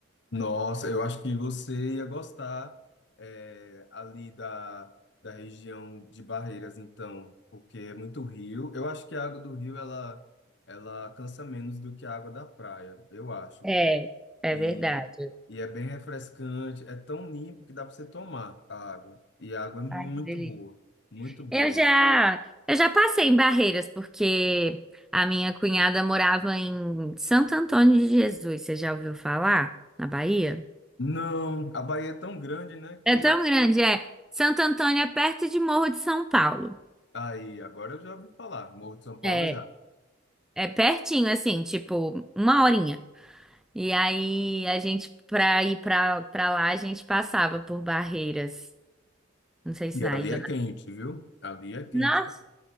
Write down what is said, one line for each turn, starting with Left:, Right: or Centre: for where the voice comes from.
Left: Nossa, eu acho que você ia gostar é, ali da, da região de Barreiras, então, porque é muito rio. Eu acho que a água do rio ela, ela cansa menos do que a água da praia, eu acho.
Centre: É, é
Left: E,
Centre: verdade.
Left: e é bem refrescante, é tão limpo que dá para você tomar a água. E a água é muito
Centre: Ai, que delícia.
Left: boa, muito boa.
Centre: Eu já, eu já passei em barreiras, porque a minha cunhada morava em Santo Antônio de Jesus. Você já ouviu falar? Na Bahia?
Left: Não, a Bahia é tão grande, né, que
Centre: É tão grande, é. Santo Antônio é perto de Morro de São Paulo.
Left: aí agora eu já ouvi falar, Morro de São Paulo
Centre: É,
Left: já.
Centre: é pertinho, assim, tipo, uma horinha. E aí, a gente, pra ir pra, pra lá, a gente passava por barreiras. Não sei se
Left: E
Centre: na
Left: ali
Centre: ida
Left: é
Centre: ou
Left: quente, viu? Ali é quente
Centre: na...
Left: também,
Centre: Nossa!